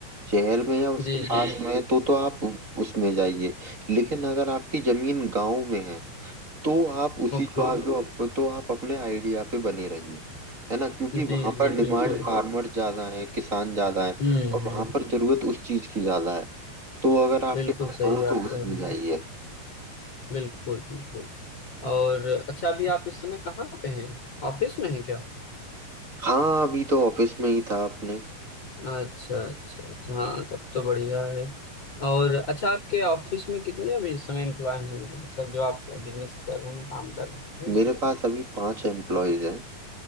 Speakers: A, on the right; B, on the left.
A: शहर में या उसके
B: जी
A: पास
B: जी
A: में है तो तो आप उ- उसमें जाइए लेकिन अगर आपकी जमीन गांव में है तो आप उसी
B: ओके
A: जो आप जो तो आप अपने आइडिया पे बने रहिए है ना क्योंकि
B: जी
A: वहां
B: जी
A: पर डिमांड
B: बिल्कुल
A: फार्मर ज्यादा है किसान ज्यादा है
B: हम्म
A: और
B: हम्म,
A: वहां पर जरूरत उस चीज की ज्यादा है तो अगर आपके
B: बिल्कुल
A: पास
B: सही
A: हो
B: आप
A: तो उसमें
B: कह रहे
A: जाइए
B: हैं बिल्कुल बिल्कुल और अच्छा अभी आप इस समय कहाँ पे हैं ऑफिस में हैं क्या
A: हाँ अभी तो ऑफिस में ही था अपने
B: अच्छा अच्छा अच्छा हाँ तब तो बढ़िया है और अच्छा आपके ऑफिस में कितने अभी इस समय एम्प्लॉय हैं मतलब जो आप बिजनेस कर रहे हैं काम कर रहे हैं
A: मेरे
B: इसमें
A: पास अभी पांच एम्प्लॉयज हैं